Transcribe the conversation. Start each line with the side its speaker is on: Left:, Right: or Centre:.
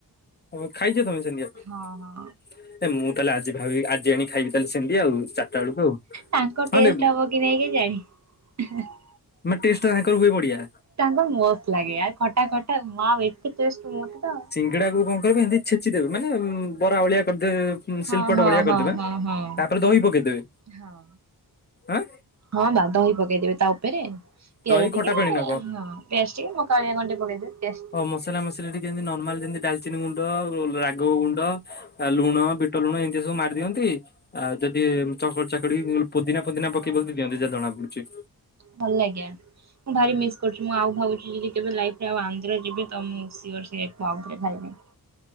Left: ହଁ ଖାଇଛ ତମେ ସେମିତିଆ
Right: ହଁ ହଁ
Left: ଏ ମୁଁ ତାହେଲେ ଆଜି ଭାବିବି ଆଜି ଆଣି ଖାଇବି। ତାହଲେ ସେମିତି ଆଉ ଚାରିଟା ବେଳକୁ ଆଉ
Right: ତାଙ୍କ ଟେଷ୍ଟ
Left: ହଁ ଲେ।
Right: ହବ କି ନେଇକି ଜାଣି <inaudible>
Left: ମାନେ ଟେଷ୍ଟ ତାଙ୍କର ହୁଏ ବଢିଆ।
Right: ତାଙ୍କର ମସ୍ତ ଲାଗେ ଆ ଖଟା ଖଟା ମା ଆଉ ଏତେ ଟେଷ୍ଟ ମତେତ।
Left: ଏଡାକୁ କଣ କରିବେ ଏମିତି ଛେଚି ଦେବେ ମାନେ ବରା ଭଳିଆ। କରିଦେବେ ହୁଁ
Right: ହଁ
Left: ଶିଳ୍ପପଟ
Right: ହଁ
Left: ବଳିିଆ
Right: ହଁ
Left: କରିଦେବା
Right: ହଁ ହଁ।
Left: ତାପରେ ଦହି ପକେଇଦେବେ।
Right: ହଁ।
Left: ଆଁ।
Right: ହଁ ବା ଦହି ପକେଇଦେବେ ତା ଉପେରେ ପିଆଜ
Left: ଦହି
Right: ଟିକେ
Left: ଖଟା ପାଣି
Right: ହଁ।
Left: ନା କଣ?
Right: ପେଷ୍ଟଟିିକ ମକାଳିଆ କଣଟେ ପକେଇଦେବେ ଟେଷ୍ଟ।
Left: ତ ମସଲା ମସିଲି ଟିକେ ଏମତି ନର୍ମାଲ ଯେମିତି ଡାଲଚିନି ଗୁଣ୍ଡ ରାଗ ଗୁଣ୍ଡ। ଆ ଲୁଣ ବିଟ ଲୁଣ ଏମିତିଆ ସବୁ ମାରି ଦିଅନ୍ତି ଆଉ ଯଦି ଚକଡି ଚାକଡି। ପୁଦନା ଫୁଦିନା
Right: ହଁ
Left: ପକେଇ ଫକେଇ
Right: ହଁ
Left: ଦଅନ୍ତି
Right: ହଁ।
Left: ଯା ଜଣା ପଡୁଛି।
Right: ଭଲ ଲାଗେ ମୁଁ ଭାରି ମିସ୍ କରୁଛି ମୁଁ ଆଉ ଭାବୁଛି ଯଦି କେବେ ଲାଇଫରେ ଆଉ ଆନ୍ଧ୍ର ଯିବି। ତ ମୁଁ ସିଅର ସେ <inaudible> ଖାଇବି।